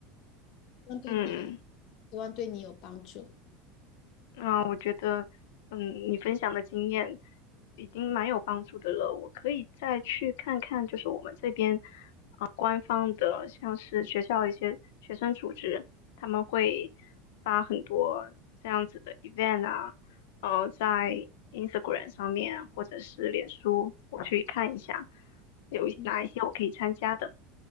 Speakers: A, on the left; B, on the left.
A: 望对你，
B: 嗯，
A: 希望对你有帮助。
B: 那我觉得，嗯，你分享的经验已经蛮有帮助的了。我可以再去看看，就是我们这边，呃，官方的，像是学校一些学生组织，他们会发很多这样子的 event 啊，呃，在 Instagram 上面或者是脸书，我去看一下有哪一些我可以参加的。
A: 嗯，